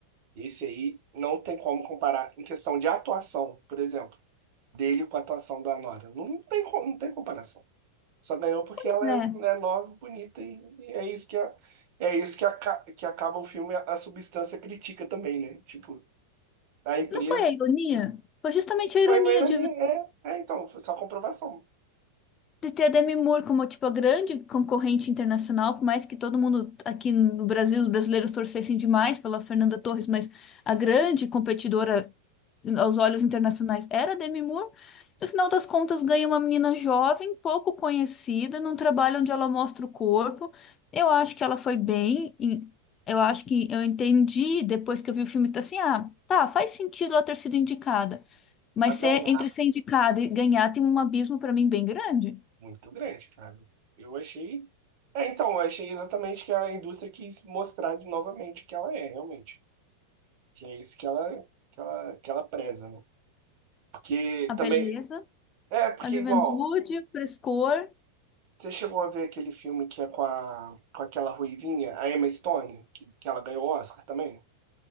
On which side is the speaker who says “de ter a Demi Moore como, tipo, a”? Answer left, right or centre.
Left